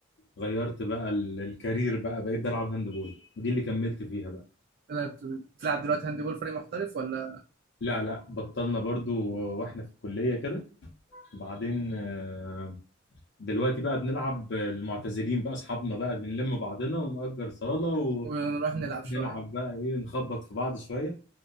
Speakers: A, on the left; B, on the right.
A: غيرت بقى ال- الكارير بقى بقيت بلعب هاندبول ودي اللي كملت فيها بقى
B: بت- بتلعب دلوقتي هاند بول فريق محترف ولا
A: لا لا بطلنا برضو واحنا في الكلية كده وبعدين آه، دلوقتي بقى بنلعب المعتزلين بقى اصحابنا بقى بنلم بعضنا ونأجر صالة و...
B: ونروح
A: ونروح
B: نلعب شويه
A: نلعب بقى ايه نخبط في بعض شوية